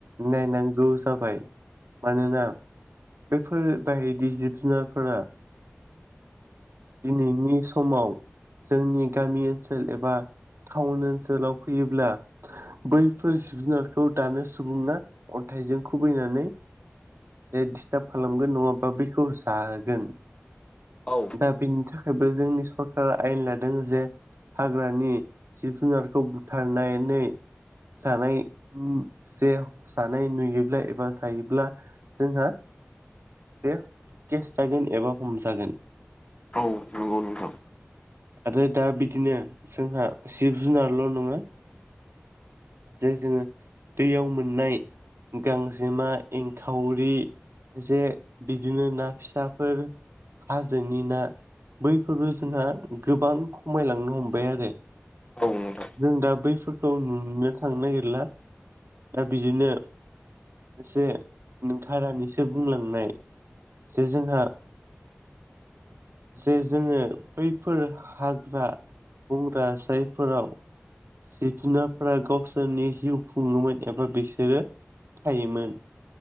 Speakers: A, on the right; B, on the left.
A: नायनांगौ जाबाय। मानोना बेफोर बायदि जिब-जुनारफोरा दिनैनि समाव जोंनि गामि ओनसोल एबा टाउन ओनसोलाव फैयोब्ला बैफोर जिब-जुनारखौ दानो सुबुङा अन्थाइजों खुबैनानै डिस्टार्ब खालामगोन नङाबा बेखौ जागोन।
B: औ
A: दा बेनि थाखाय थाखायबो जोंनि सरकारा आयेन लादों जे हाग्रानि जिब जुनारखौ बुथारनानै जानाय जे जानाय नुयोब्ला एबा जायोब्ला जोंहा बे केस जागोन एबा हमजागोन।
B: औ नंगौ नंगौ।
A: आरो दा बिदिनो जोंहा जिब जुनारल' नङा जे जोङो दैयाव मोननाय गांजेमा एंखाव खावरि जे बिदिनो ना फिसाफोर हाजोनि ना बैफोरबो जोंहा गोबां खमायलांनो हमबाय आरो।
B: औ नोंथां
A: जों दा बैफोरखौ नुनो थांनो नागिरला दा बिदिनो एसे नोंथाङा दानिसो बुंलांनाय जे जोंहा जे जोङो बैफोर हाग्रा बंग्रा साइडफोराव जिब जुनारफोरा गावसोरनि जिउ खुंङोमोन एबा बिसोरो थायोमोन।